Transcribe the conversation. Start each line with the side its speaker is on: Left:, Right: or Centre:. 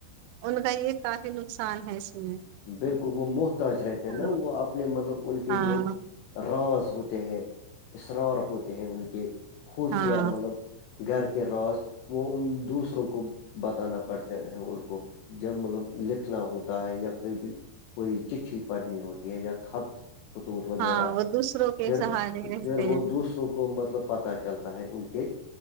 Right: ان کا یہ کافی نقصان ہے اس میں
Left: بالکل وہ محتاج رہتے ہیں
Right: ہاں
Left: نا وہ اپنے مطلب ان کے
Right: ہاں
Left: جو راز ہوتے ہیں اسرار ہوتے ہیں ان کے خفیہ
Right: ہاں
Left: مطلب گھر کے روز وہ ان دوسروں کو بتانا پڑتے ہیں ان کو جب مطلب لکھنا ہوتا ہے یا بھی کوئی چٹی پڑھنی ہوتی ہے یا خط خطوط وغیرہ
Right: ہاں وہ دوسروں کے
Left: پھر
Right: سہارے
Left: پھر
Right: رہتے
Left: وہ
Right: ہیں
Left: دوسروں کو مطلب پتاہ چلتا ہے ان کے